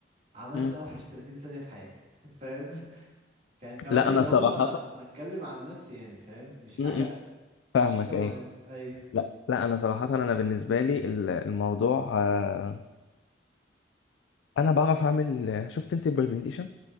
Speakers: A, on the right; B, on the left.
A: عملت
B: مم.
A: اوحش 30 ثانية في حياتي <laughs> فاهم كان كمان
B: لا
A: اللي
B: انا
A: هو
B: صراحه
A: بتكلم عن نفسي يعني فاهم مش حاجة
B: مم. فاهمك
A: مش حاجة
B: ايه
A: معينة ايوه
B: لا لا انا صراحه انا بالنسبه لي ال- الموضوع آه، انا بعرف اعمل شفت انت البرزنتيشن